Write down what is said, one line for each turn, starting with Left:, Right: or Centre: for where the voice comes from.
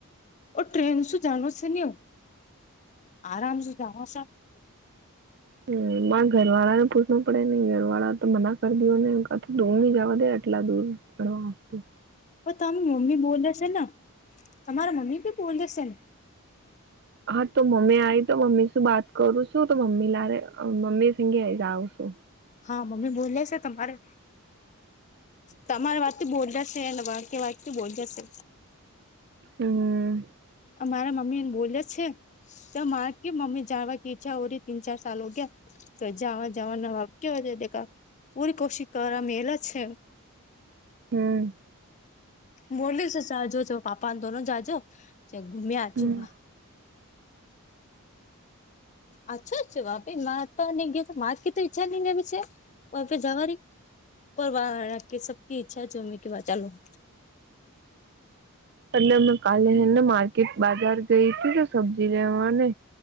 Left: ઓ ટ્રેન શું જાણ છે ને હ આરામ સુ જાણ છ
Right: હ હ મારે ઘર વાળા ને પૂછવું પડે નઈ ઘર વાળા તો મના કરી દો ને કા દૂર ની જવા દે આટલા દૂર હ હસ્
Left: તો તમે મમ્મી બોલશે ને તમારા મમ્મી બી બોલેશે ને
Right: હા તો મમ્મી આવી તો મમ્મી શું વાત કરું છું તો મમ્મી લારે મમ્મી સંગે જઉં છું
Left: હા મમ્મી બોલે છે તમારે તમારી વાતથી બોલ જશે વાકી્ય વાતથી બોલ જશે
Right: હમ
Left: મારા મમ્મી ને બોલે છે ત મા કે મમ્મી જાણવા કે ઈચ્છા હો રહી તીન ચાર સલ હો ગયા તો જવા જવા કેવા દેખા પૂરી કોશિશ કરવા મે એલા છે
Right: હમ
Left: બોલ્યું જજો પાપાને દોનો જાજો ઘુમે્યા આજો
Right: હમ
Left: અચ્છાચ્ વાપે મા તો ગયા મા કે તો ઈચ્છા નહીને છે વાપે જવાની પરવા રા કે સબ ઈ્છા જોમે વા ચાલું
Right: એટલે મે કાલેને માર્કેટ બાજાર ગઈ હતી તો સબ્જી લેવાને